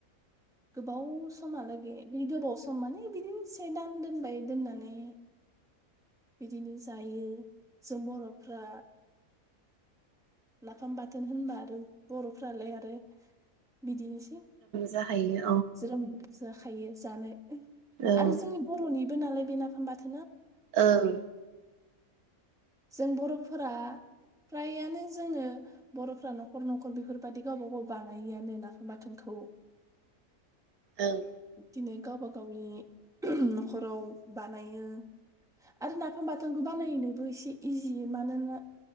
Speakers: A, in the centre; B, on the right (about 80°).
A: गोबाव समहालागै बे गोबाव सम माने बिदिनो से दान दोनबाय, दोननानै बिदिनो जायो जों बर'फ्रा नाफाम बाथोन होनबा आरो बर'फ्रालाय आरो बिदिनोसै
B: जाखायो।
A: ज्रोम जाखायो जानो
B: ओं
A: आरो जोंनि बर'निबो नालाय बे नाफाम बाथोन
B: ओं
A: जों बर'फोरा फ्राय आनो जोङो बर'फोरा नखर नखर बेफोरबायदि गावबा गाव बानायोआनो नाफाम बाथोनखौ।
B: ओं
A: बिदिनो गावबा गावनि ओहोम न'खराव बानायो आरो नाफाम बाथोनखौ बानायनोबो एसे इजि मानोना